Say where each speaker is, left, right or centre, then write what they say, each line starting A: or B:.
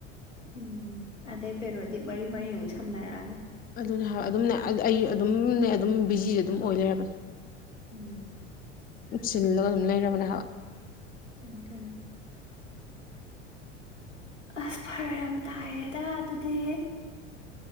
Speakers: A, on the left; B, on the left.
A: ꯎꯝ ꯑꯗꯩ ꯄꯦꯔꯣꯗꯤ ꯃꯔꯤ ꯃꯔꯤ ꯌꯦꯡꯎꯁꯦ ꯊꯝꯅꯔꯛꯑꯅꯤ
B: ꯑꯗꯨꯅꯦ ꯍꯥꯏꯕ ꯑꯗꯨꯝꯅꯦ ꯑꯩ ꯑꯗꯨꯝꯅꯦ ꯑꯗꯨꯝ ꯕꯤꯖꯤꯁꯦ ꯑꯗꯨꯝ ꯑꯣꯏ ꯂꯩꯔꯕꯅꯦ
A: ꯎꯝ
B: ꯆꯤꯜꯂꯒ ꯑꯗꯨꯝ ꯂꯩꯔꯕꯅꯦ ꯍꯥꯏꯕ
A: ꯑꯗꯨꯅꯦ ꯑꯁ ꯐꯔꯛ ꯌꯥꯝ ꯇꯥꯏꯌꯦꯗ ꯑꯗꯨꯗꯤ